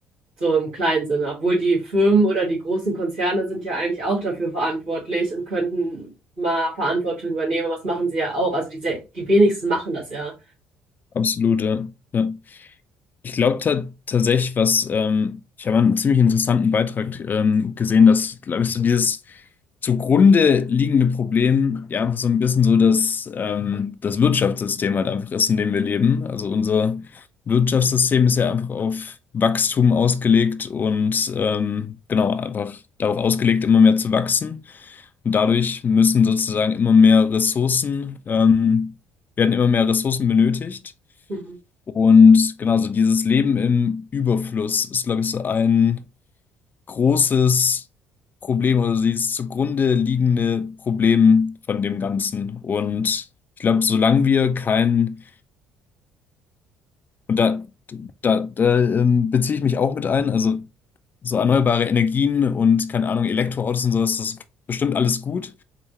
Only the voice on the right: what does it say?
So im kleinen Sinne. Obwohl die Firmen oder die großen Konzerne sind ja eigentlich auch dafür verantwortlich und könnten mal Verantwortung übernehmen. Was machen sie ja auch? Also die, se- die wenigsten machen das ja.
Mhm.